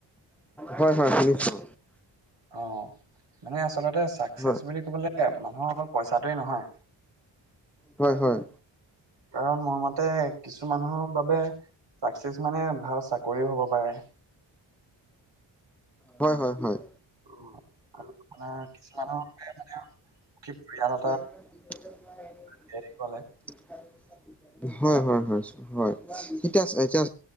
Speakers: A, in the centre; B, on the right.
A: হয় হয় শুনিছো।
B: অ মানে আচলতে চাক্সেচ
A: হয়
B: বুলি কবলে গ'লে মানুহৰ অকল পইচাটোৱে নহয়।
A: হয় হয়।
B: কাৰণ মোৰ মতে কিছু মানুহৰ বাবে চাক্সেচ মানে ভাল চাকৰিও হব পাৰে।
A: হয় হয় হয়।
B: অ আৰু আপোনাৰ কিছুমানৰ মতে মানে, <unintelligible>
A: <unintelligible>
B: লাগে কলে
A: হয় হয় হয় হয়। এতিয়া এতিয়া